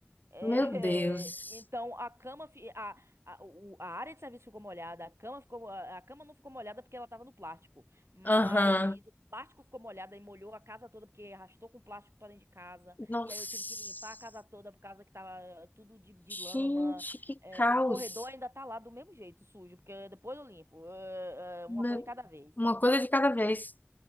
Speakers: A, on the right; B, on the left.
A: É,
B: Meu Deus.
A: <laughs> então a cama, fi- a, a, o- a área de serviço ficou molhada, a cama ficou, a, a cama não ficou molhada porque ela tava no plástico, mas
B: Aham.
A: o plástico ficou molhado e molhou a casa toda porque arrastou com plástico para dentro de casa.
B: Nossa.
A: E aí eu tive que limpar a casa toda por causa que tava tudo de, de lama.
B: Gente, que
A: É,
B: caos.
A: o corredor ainda tá lá do mesmo jeito, sujo, porque depois eu limpo, É, é, uma
B: Meu-
A: coisa de cada vez.
B: Uma coisa de cada vez.